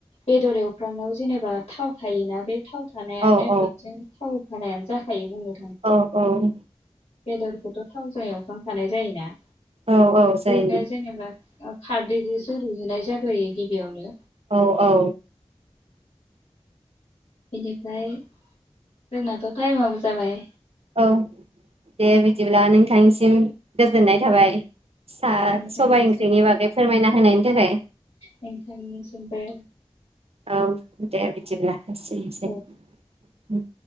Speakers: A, on the left; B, on the right.
A: बेदर एव फ्रामनायाव जेनेबा थाव थायोना बे थाव थानायानो
B: औ औ
A: बिदिन थाव होनायानो जाखायो बुङो।
B: औ औ
A: बेदरखौथ थाव जाया एवफ्रामखानाय जायोना
B: औ औ जायो।
A: ओरैनो जेनेबा ओ खारदैजोंसो रुहैनाय जाग्रोयो गिबियावनो।
B: औ औ
A: बेनिफ्राय जोंनाथ टाइमाबो जाबाय?
B: औ दे बिदिब्ला नोंथांनिसिम गोजोननाय थाबाय। सा
A: नोंथांनिसिबो
B: सबाय ओंख्रिनि बागै फोरमायना होनायनि थाखाय
A: नोंथांनिसिमबो
B: औ दे बिदिब्ला। एसेनोसै।
A: औ
B: उम